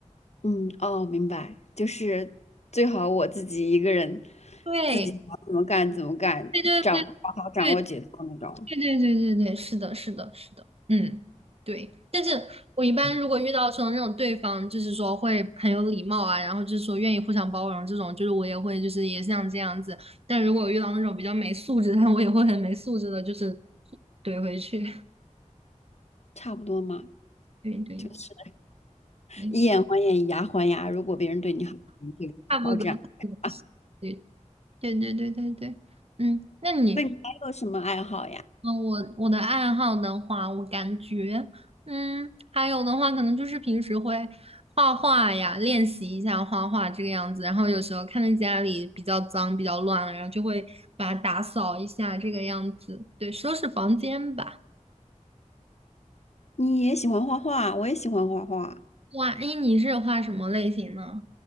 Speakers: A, on the left; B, on the right.
A: 嗯，哦，明白，就是最好我自己一个人，
B: 对，
A: 自己想怎么干怎么干，
B: 对对对
A: 掌好好掌握节奏那种，
B: 对对对对对对，是的，是的，是的，嗯，对。但是我一般如果遇到说那种对方，就是说会很有礼貌啊，然后就是说愿意互相包容这种，就是我也会就是也像这样子。但如果我遇到那种比较没素质的，<laughs> 我也会很没素质的，就是怼回去。<laughs>
A: 差不多嘛，
B: 对对
A: 就是
B: 对，
A: 以眼还眼，以牙还牙。如果别人对你好，你对好这样啊。
B: 差不多。对对对对对对，嗯，那你
A: 那你还有什么爱好呀？
B: 嗯，我我的爱好的话，我感觉，嗯，还有的话，可能就是平时会画画呀，练习一下画画这个样子。然后有时候看见家里比较脏、比较乱了，然后就会把它打扫一下这个样子，对，收拾房间吧。
A: 你也喜欢画画，我也喜欢画画。
B: 哇，哎，你是画什么类型呢？